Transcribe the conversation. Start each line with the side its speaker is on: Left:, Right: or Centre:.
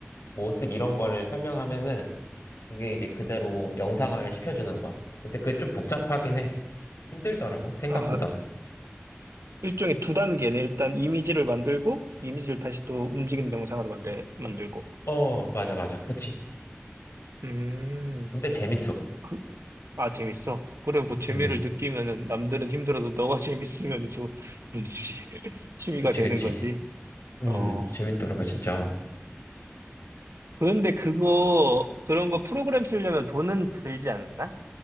Left: 모습 이런 거를 설명하면은 그게 이제 그대로 영상화를 시켜주는 거야. 근데 그게 좀 복잡하긴 해. 힘들더라고, 생각보다.
Right: 어, 일종의 두 단계네. 일단 이미지를 만들고, 이미지를 다시 또 움직이는 영상으로 만들, 만들고.
Left: 어, 맞아, 맞아. 그치.
Right: 음,
Left: 근데 재밌어.
Right: 그, 아, 재밌어. 그래, 뭐, 재미를
Left: 음,
Right: 느끼면은, 남들은 힘들어도 너가 <laughs> 재밌으면 좀, 뭔지 <laughs> 취미가
Left: 그치,
Right: 되는
Left: 그치.
Right: 거지.
Left: 음,
Right: 어.
Left: 재밌더라고, 진짜.
Right: 그런데 그거, 그런 거 프로그램 쓰려면 돈은 들지 않나?